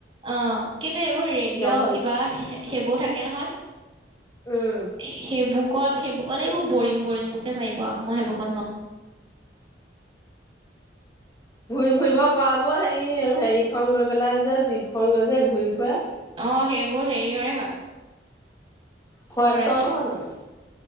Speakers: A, on the right (about 30°); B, on the left (about 20°).
A: অ কিন্তু এইবোৰ ৰেডিঅ'
B: জংঘল
A: কিবা সেইবোৰ থাকে থাকে নহয়
B: উম।
A: সেইবুকত সেইবুকত এইবোৰ বৰিং বৰিং বুকে পাৰিব মই সেইবুকত নোৱাৰোঁ
B: ঘূৰি ফুৰিব ফোৱাব হেৰি হেৰিখন লৈ পেলাই যে জীপখন লৈ যে ঘূৰি ফুৰে
A: অ সেইবোৰ হেৰিয়ৰে হয়
B: ফৰেষ্টৰ
A: ফৰেষ্টৰে
B: নহয় জানো